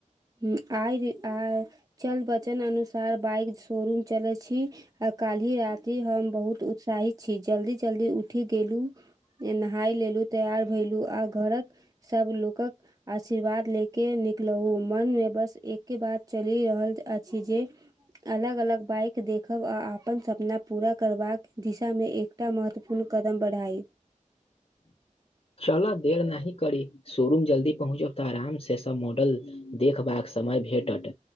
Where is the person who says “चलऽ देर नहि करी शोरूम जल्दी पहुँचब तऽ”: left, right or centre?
Left